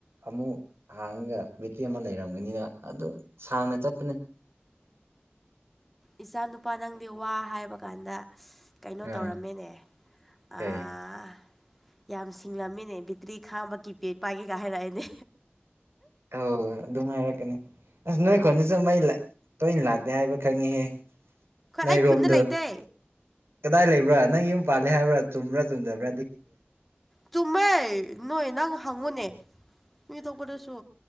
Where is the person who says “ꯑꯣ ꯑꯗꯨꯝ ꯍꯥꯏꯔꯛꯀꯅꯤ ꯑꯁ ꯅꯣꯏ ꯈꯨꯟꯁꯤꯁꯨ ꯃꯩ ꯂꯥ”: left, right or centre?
Right